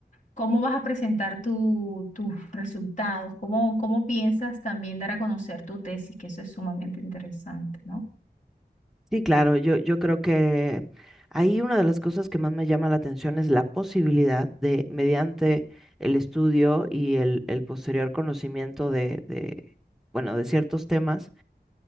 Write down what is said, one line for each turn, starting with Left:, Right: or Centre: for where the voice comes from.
Left: ¿Cómo vas a presentar tu- tus resultados? ¿Cómo, cómo piensas también dar a conocer tu tesis? Que eso es sumamente interesante, ¿no?
Centre: Sí, claro, yo, yo creo que ahí una de las cosas que más me llama la atención es la posibilidad de, mediante el estudio y el, el posterior conocimiento de, de, bueno, de ciertos temas,